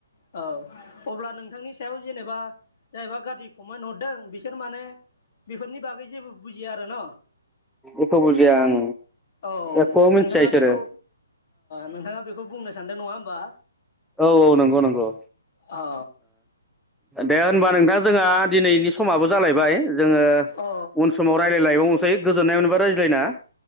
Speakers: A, on the left; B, in the centre.
A: औ अब्ला नोंथांनि सायाव जेनेबा जायबा गाज्रि कमेन्ट हरदों बिसोर माने बेफोरनि बागै जेबो बुजिया आरो न
B: एख' बुजिया आं
A: औ
B: एख' मिथिया
A: नोंथाङा
B: इसोरो
A: बेखौ नोंथाङा बेखौ बुंनो सानदों नङा होमबा?
B: औ औ नंगौ नंगौ
A: औ
B: दे होनबा नोंथां जोंहा दिनैनि समाबो जालायबाय जोङो
A: अ
B: उन समाव रायलायलायबावनोन समाव दायो जोननाय मोनबााय रायज्लायना